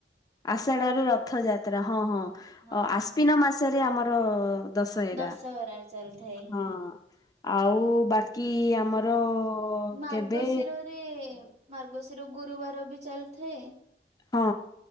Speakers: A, on the left; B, on the right.
A: ଆଷାଢରେ ରଥ ଯାତ୍ରା ହଁ ହଁ
B: ହଁ
A: ଆସକିନ ମାସରେ ଆମର। ଦଶହେରା
B: ଦଶହରା ଚାଲିଥାଏ।
A: ହଁ ଆଉ ବାକି ଆମର।
B: ମାର୍ଗଶିରରେ
A: କେବେ
B: ମାର୍ଗଶିର ଗୁରୁବାର ବି ଚାଲିଥାଏ।
A: ହଁ